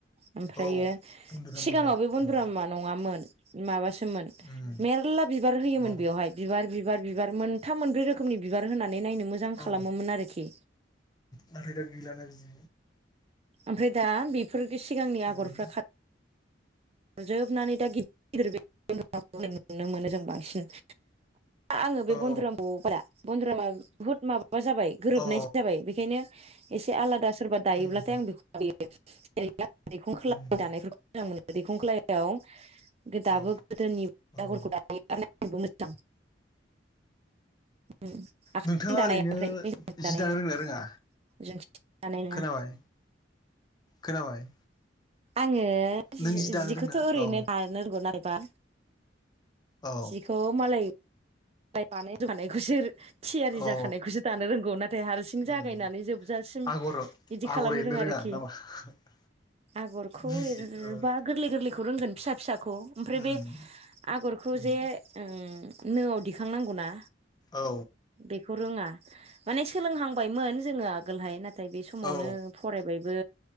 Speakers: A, on the right; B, on the left.
A: ओमफ्रायो
B: औ बन्दुराम
A: सिगाङाव
B: आगर
A: बे बन्दुरामा
B: उम
A: नङामोन माबासो मोन
B: उम
A: मेरला बिबार होयोन
B: माबा
A: बेयावहाय बिबार बिबार बिबार मोनथाम मोनब्रै रोखोमनि बिबार होनानै बे नायनो मोजां खालामोमोन
B: औ
A: आरोखि
B: नाथाय दा गैलाना बिदि
A: ओमफ्राय दा बेफोर सिगांनि आगरफ्रा
B: उम
A: खार जोबनानै दा गिदिर गिदिर बे आगरखौ नुनो मोनो जों बांसिन- आङो बे
B: औ
A: बन्दुरामखौ <unintelligible> बन्दुरामा बहुत माबा जाबाय गोरोबनाय
B: औ
A: जाबाय बेखायनो एसे आलादा सोरबा दायोब्लाथाय
B: उम
A: आं बेखौ लायो जेरै- आ दैखं खलायाव
B: उम
A: दानायफोरखौ मोजां मोनो दैखं खलायनायाव गो दाबो
B: औ
A: गोदोनि आगरखौ
B: औ
A: दानायानोबो मोजां उम आखायजों
B: नोंथाङा
A: दानाया
B: ओरैनो
A: ओमफ्राय मेसिनजों
B: जि
A: दानाय
B: दानो
A: नों-
B: रोंना रोङा
A: जों सि जानाय नङा
B: खोनाबाय खोनाबाय
A: आङो
B: नों
A: जि
B: दानो
A: जिखौथ
B: रोंना
A: ओरैनो
B: औ
A: दानो रोंगौ नायबा
B: औ
A: जिखौ मालाय फ्राय बानाय रोंखानायखौ सोर थियारि
B: अ
A: जाखानायखौसो दानो रोंगौ नाथाय हारसिं
B: उम
A: जागायनानै जोबजासिम
B: आगर
A: बिदि
B: आगर
A: खालामनो रोङा आरोखि
B: <unintelligible>
A: आगरखौ
B: निजि
A: एरोबा
B: ओ
A: गोरलै गोरलैखौ रोंगोन फिसा फिसाखौ ओमफ्राय
B: उम
A: बे आगरखौ
B: उम
A: जे ओं नोआव दिख थिखांनांगौना
B: औ
A: बेखौ रोङा माने सोलोंहांबायमोन जोङो आगोल हाय नाथाय बे समावनो
B: औ
A: फरायबायबो